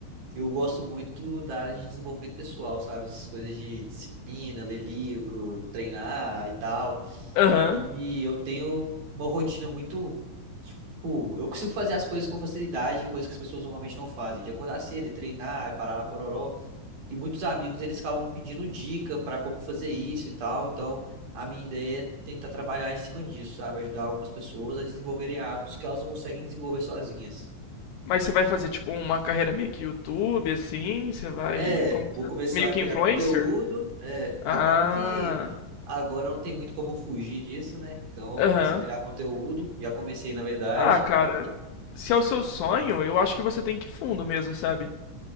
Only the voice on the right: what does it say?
Eu gosto muito da área de desenvolvimento pessoal, sabe? Essas coisas de disciplina, ler livro, treinar e tal.
E eu tenho uma rotina muito. Tipo, eu consigo fazer as coisas com facilidade, coisas que as pessoas normalmente não fazem, de acordar cedo e treinar, e parar a pororó. E muitos amigos eles acabam me pedindo dica para como fazer isso e tal. Então, a minha ideia é tentar trabalhar em cima disso, sabe? Ajudar algumas pessoas a desenvolverem hábitos que elas não conseguem desenvolver sozinhas.
É,
vou
começar
a
criar
conteúdo. É,
acaba que agora não tem muito como fugir disso, né? Então, eu
vou começar a criar conteúdo. Já comecei, na verdade.